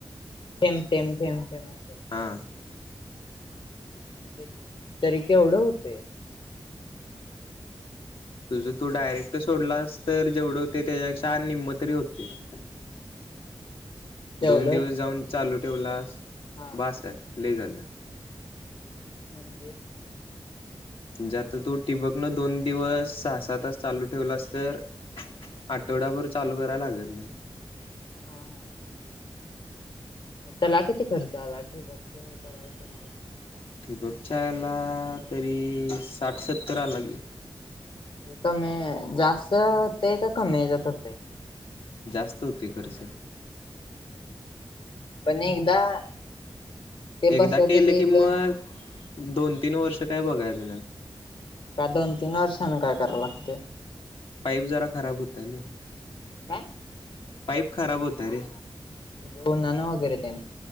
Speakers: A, on the left; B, on the left.
A: थेंब थेंब थेंब असं.
B: हा,
A: ते तरी केवढं होते.
B: तुझं तू डायरेक्ट सोडलास तर जेवढे होते त्याच्यापेक्षा निम्मतरी होते. <inaudible>
A: जेवढं
B: दोन दिवस जाऊन चालू ठेवलास
A: हा
B: बास कर लई झालं,
A: म्हणजे,
B: म्हणजे आता तू ठिबकण दोन दिवस सहा सहा तास चालू ठेवलास तर आठवडाभर चालू करायला लागल? -
A: हम्म. <unintelligible> मग त्याला किती खर्च आला बघ हे कराव लागेल तुम्हाला <unintelligible>
B: ठिबकच्या याला तरी साठ सत्तर आला की.
A: कमी जास्त होते का कमी याचात होतय.
B: जास्त होतेय खरच.
A: पण न एकदा- ते
B: एकदा
A: बसवले
B: केलं
A: गेले
B: की मग दोन तीन वर्ष काय बघायचे नाही.
A: का दोन तीन वर्षांनी काय कराव लागते?
B: पाईप जरा खराब होतो नाही.
A: काय?
B: पाईप खराब होतो रे.
A: म्हणजे उन्हानं वगैरे तेन.